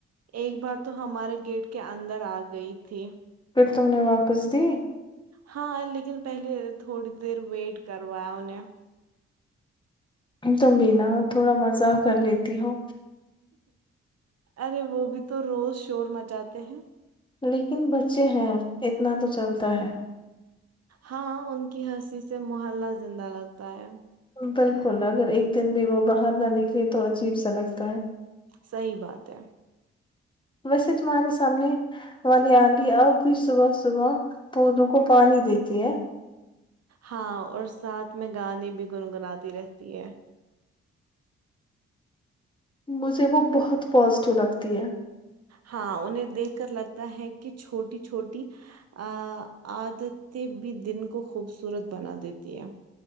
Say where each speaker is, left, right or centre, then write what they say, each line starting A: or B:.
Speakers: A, on the right; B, on the left.
A: ایک بار تو ہمارے گیٹ کے اندر آ گئی تھی
B: پھر تم نے واپس دی
A: ہاں لیکن پہلے تھوڑی دیر ویٹ کروایا انھیں
B: تم بھی نا تھوڑا مزاق کر لیتی ہو
A: ارے وہ بھی تو روز شور مچاتے ہیں
B: لیکن بچے ہیں اتنا تو چلتا ہے
A: ہاں ان کی ہنسی سے محلہ زندہ لگتا ہے
B: بالکل اگر ایک دن بھی وہ باہر نہ نکلے تو عجیب سا لگتا ہے
A: صحیح بات ہے
B: ویسے تمہارے سامنے والی آنٹی اب بھی صبح صبح پودوں کو پانی دیتی ہے
A: ہاں اور ساتھ میں گانے بھی گنگناتی رہتی ہے
B: مجھے وہ بہت پازیٹیو لگتی ہے
A: ہاں انہیں دیکھ کر لگتا ہے کہ چھوٹی چھوٹی آ عادتیں بھی دن کو خوبصورت بنا دیتی ہے